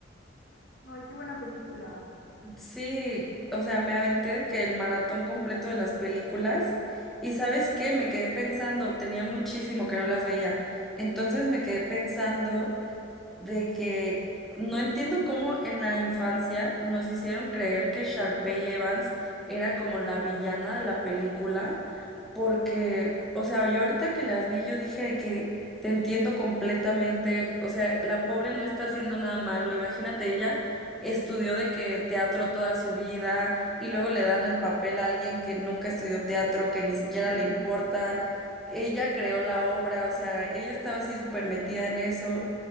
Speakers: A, on the left; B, in the centre.
A: Ay, qué buena película.
B: Sí, o sea, me aventé de que el maratón completo de las películas y ¿sabes qué? Me quedé pensando, tenía muchísimo que no las veía. Entonces me quedé pensando de que no entiendo cómo en la infancia nos hicieron creer que Sharpay Evans era como la villana de la película, porque, o sea, yo ahorita que las vi, yo dije de que te entiendo completamente, o sea, la pobre no está haciendo nada malo, imagínate, ella estudió de que teatro toda su vida y luego le dan el papel a alguien que nunca estudió teatro, que ni siquiera
A: Ujú.
B: le importa. Ella creó la obra, o sea, ella estaba así súper metida en eso